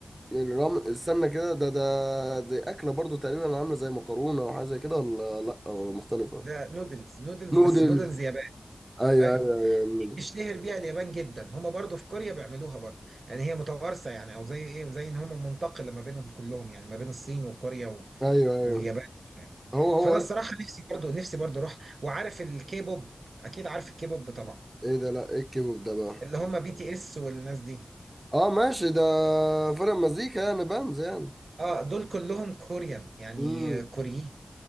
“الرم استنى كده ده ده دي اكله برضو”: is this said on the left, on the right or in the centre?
Right